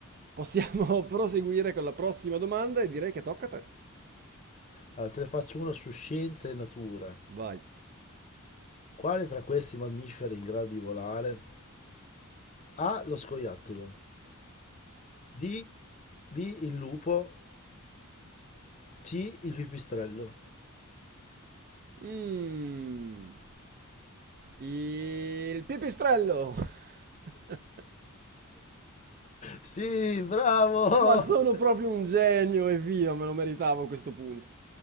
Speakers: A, on the right; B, on the left.
A: Possiamo <laughs> proseguire con la prossima domanda e direi che tocca a te.
B: Ah, te ne faccio una su scienza e natura.
A: Vai.
B: Quale tra questi mammiferi è in grado di volare? A. Lo scoiattolo. D. B. Il lupo. C. Il pipistrello.
A: Mm. Il pipistrello. <laughs>
B: Sì, bravo!
A: Ma sono proprio un genio, evviva, me lo meritavo a questo punto.